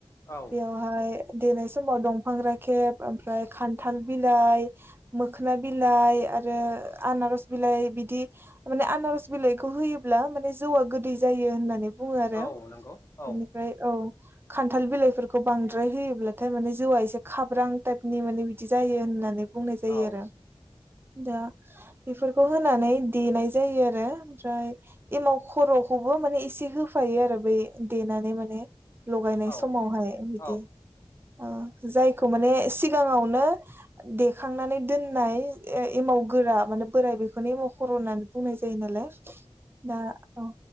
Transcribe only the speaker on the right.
बेयावहाय देनाय समाव दंफां राखेब ओमफ्राय खान्थाल बिलाइ मोखोना बिलाइ आरो आनारस बिलाइ बिदि माने आनारस बिलाइखौ होयोब्ला माने जौआ गोदै जायो होननानै बुङो आरो
बेनिफ्राय औ। खान्थाल बिलाइफोरखौ बांद्राय होयोब्लाथाय माने जौआ एसे खाब्रां टाइपनि माने बिदि जायो होननानै बुंनाय जायो
आरो दा बेफोरखौ होनानै देनाय जायो आरो ओमफ्राय एमाव खर'खौबो माने एसे होफायो आरो बै देनानै माने लगायनाय
समावहाय बिदि
ओ जायखौ माने सिगाङावनो देखांनानै दोननाय ए एमाव गोरा माने बोराय बे बेखौनो मखर' होननानै बुंनाय जायो नालाय दा औ